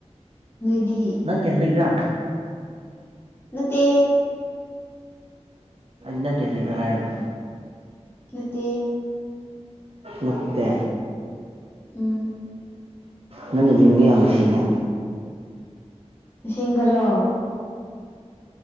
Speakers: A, on the left; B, on the right.
A: ꯅꯣꯢꯗꯤ
B: ꯅꯪ ꯀꯦꯁ ꯂꯩꯒꯦꯔꯥ
A: ꯅꯠꯇꯦ
B: ꯅꯪ ꯀꯦꯁ ꯂꯩꯕ꯭ꯔꯥ ꯍꯥꯏꯔꯒ
A: ꯅꯠꯇꯦ
B: ꯅꯠꯇꯦ
A: ꯎꯝ
B: ꯅꯪꯒꯤ ꯃꯤꯡꯗꯤ ꯌꯥꯝ ꯅꯨꯡꯁꯤꯅꯦ
A: ꯏꯁꯦꯡꯕꯔꯣ